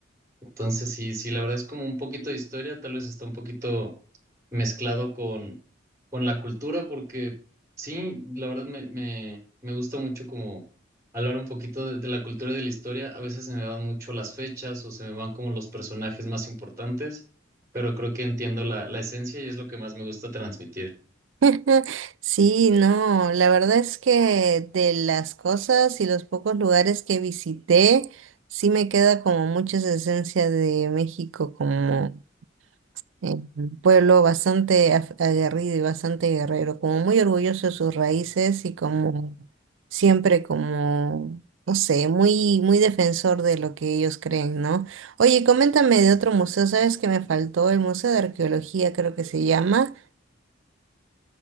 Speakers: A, on the right (about 15°); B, on the right (about 80°).
A: entonces, sí, sí, la verdad es como un poquito de historia, tal vez está un poquito mezclado con, con la cultura, porque sí, la verdad me, me, me gusta mucho como hablar un poquito de, de la cultura y de la historia. A veces se me van mucho las fechas o se me van como los personajes más importantes, pero creo que entiendo la, la esencia y es lo que más me gusta transmitir.
B: <laughs> Sí, no, la verdad es que de las cosas y los pocos lugares que visité, sí me queda como mucha esa esencia de México, como eh, un pueblo bastante af- aguerrido y bastante guerrero, como muy orgulloso de sus raíces y como siempre como, no sé, muy, muy defensor de lo que ellos creen, ¿no? Oye, coméntame de otro museo, ¿sabes que me faltó? El Museo de Arqueología creo que se llama,